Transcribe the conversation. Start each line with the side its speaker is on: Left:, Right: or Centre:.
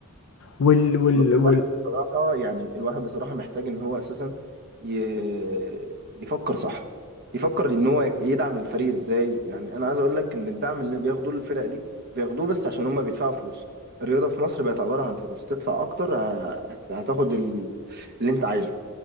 Left: وال وال, وال...
Right: الواحد بصراحة يعني الواحد بصراحة محتاج إن هو أساسا ي- يفكر صح يفكر إن هو يدعم الفريق إزاي يعني أنا عايز أقول لك إن الدعم اللي بياخدوه الفرق دي بياخدوه بس عشان هما بيدفعوا فلوس الرياضة في مصر بقت عبارة عن فلوس تدفع أكتر هت- هتاخد ال- اللي أنت عايزه